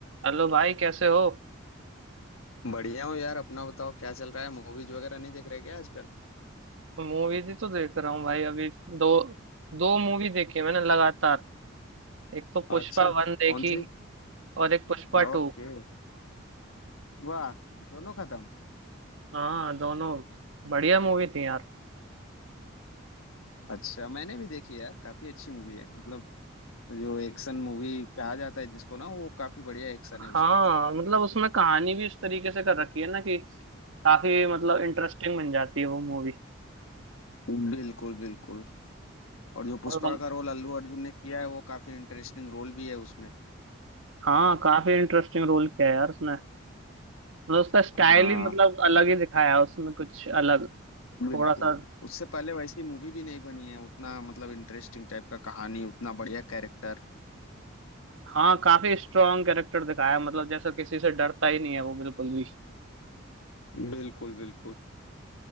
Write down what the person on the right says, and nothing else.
Hello भाई कैसे हो
मूवीज ही तो देख रहा हूँ भाई अभी दो दो मूवी देखी है मैंने लगातार एक तो पुष्पा
वन देखी
और एक पुष्पा टू
हाँ दोनों बढ़िया मूवी थी यार
हाँ मतलब उसमें कहानी भी इस तरीके से कर रखी है ना कि काफी मतलब इंटरेस्टिंग बन जाती है वो मूवी
और मत-
हाँ काफी इंटरेस्टिंग रोल किया है यार उसने मतलब उसका स्टाइल
ही मतलब अलग ही दिखाया है उसमें कुछ अलग
थोड़ा सा
हाँ काफी स्ट्रांग कैरेक्टर दिखाया है मतलब जैसा किसी से डरता ही नहीं है वो बिल्कुल भी